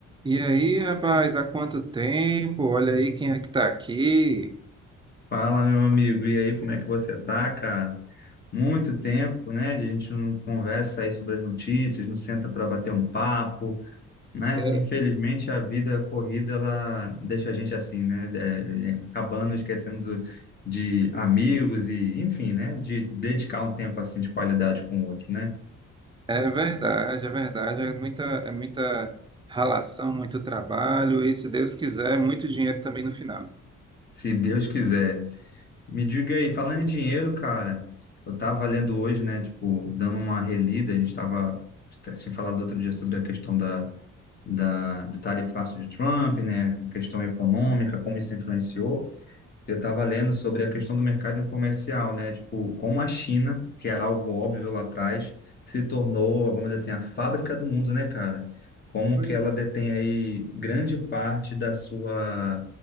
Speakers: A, on the right; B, on the left.
A: E aí, rapaz, há quanto tempo? Olha aí quem é que tá aqui.
B: Fala, meu amigo. E aí, como é que você tá, cara? Muito tempo, né? de A gente não conversa aí sobre as notícias, não senta para bater um papo, né?
A: É
B: Infelizmente, a vida corrida, ela deixa a gente assim, né? é, é, acabando esquecendo do- de amigos e, enfim, né? De dedicar um tempo assim de qualidade com o outro, né?
A: é verdade, é verdade. É muita, é muita ralação, muito trabalho e, se Deus quiser, muito dinheiro também no final.
B: Se Deus quiser. Me diga aí, falando em dinheiro, cara, eu tava lendo hoje, né, tipo, dando uma relida, a gente tava, tinha falado outro dia sobre a questão da, da, do tarifaço de Trump, né, questão econômica, como isso influenciou eu estava lendo sobre a questão do mercado comercial, né? Tipo, como a China, que era algo óbvio lá atrás, se tornou, vamos dizer assim, a fábrica do mundo, né, cara? Como
A: Pois
B: que ela detém aí grande parte da sua,